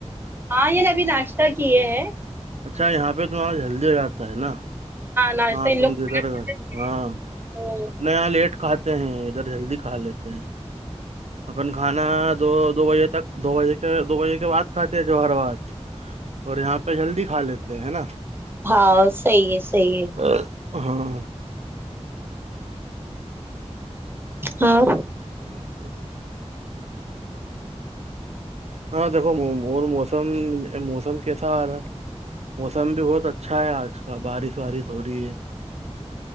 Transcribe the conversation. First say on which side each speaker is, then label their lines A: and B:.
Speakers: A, on the right; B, on the right.
A: ہاں یہ نبھی ناشتہ کیے ہیں
B: اچھا یہاں پہ توم آج جلدی ہو جاتا ہے نا
A: ناشتہ
B: ہاں
A: ان
B: تم
A: لوگ کھانا
B: د سر
A: کھاتے
B: گا
A: تھے
B: ہاں
A: تو
B: <inaudible> نیا لیٹ کھاتے ہیں ادھر جلدی کھا لیتے ہیں
A: ہ <inaudible> <inaudible>
B: اپن کھانا دو دو بجے تک دو بجے کے دو بجے کے بعد کھاتے ہیں جو ہر بات اور یہاں پہ جلدی کھا لیتے ہے نا
A: ہاں صحیح ہے صحیح ہے
B: اور <unintelligible> <unintelligible> ہاں <inaudible>
A: اور <unintelligible> <unintelligible>
B: ا <inaudible> <inaudible> ہاں دیکھو مو مون موسم موسم کیسا آ رہا ہے موسم بھی بہت اچھا ہے آج کا بارس وارس ہو رہی ہے